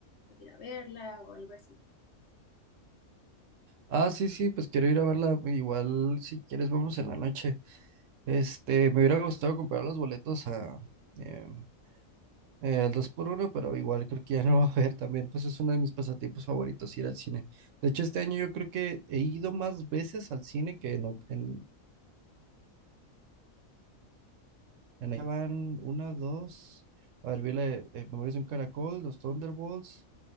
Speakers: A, on the left (about 55°); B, on the right (about 70°).
A: pues ir a verla o algo así.
B: Ah, sí, sí, pues quiero ir a verla. Igual, si quieres, vamos en la noche. Este, me hubiera gustado comprar los boletos a em, el 2x1, pero igual creo que ya no va a haber también. Pues es uno de mis pasatiempos favoritos, ir al cine. De hecho, este año yo creo que he ido más veces al cine que en, ot- en, en- van una, dos. A ver, vi la de, eh, Memorias de un Caracol, los Thunderbolts.